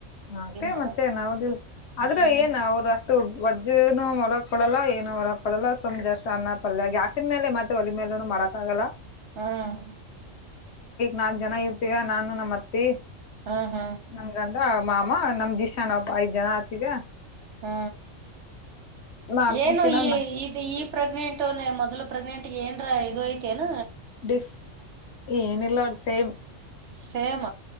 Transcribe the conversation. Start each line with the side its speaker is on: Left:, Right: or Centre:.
Left: ಆಟೆ
Right: ಮಾಡದು
Left: ಮತ್ತೆನ್ ಹೌದಿಲ ಆದ್ರ
Right: ಹ್ಮ್
Left: ಏನು ಅವ್ರ ಅಷ್ಟ. ವಜ್ಜಿನು ಹೋರಕ್ ಕೊಡಲ್ಲ ಏನು ಹೊರಕ್ ಕೊಡಲ್ಲ ಸುಮ್ ಜಸ್ಟ್ ಅನ್ನ ಪಲ್ಯ ಗ್ಯಾಸಿನ್ ಮೇಲೆ ಮತ್ತ ಒಲಿ ಮೇಲ ನು ಮಾಡಕ್ಕ ಆಗಲ್ಲ.
Right: ಹ್ಮ್ಮ್
Left: ನಾಕ ಜನ ಇರ್ತಿವ್ಯಾ ನಾನು ನಮ್ಮತ್ತಿ.
Right: ಹ ಹ
Left: ನನ್ಗಂಡ ಮಾಮ ನಮ ದಿಶಾನ್ ಒಬ್ ಐದ್ ಜನ ಆತಿವ್ಯಾ.
Right: ಹ್ಮ
Left: ಮಾಡ್ಕೊಂಡ್
Right: ಏನು
Left: ತಿನ್ನೋಣ
Right: ಈ ಇದ ಈ ಪ್ರೆಗ್ನೆಂಟುಲೆ ಮೊದ್ಲ. ಪ್ರೆಗ್ನೆಂಟಗೆ ಏನ್ರ ಇದು ಐತೆನ.
Left: ಡಿಶ ಏನಿಲ್ಲ ಒಟ್ ಸೇಮ್.
Right: ಸೇಮ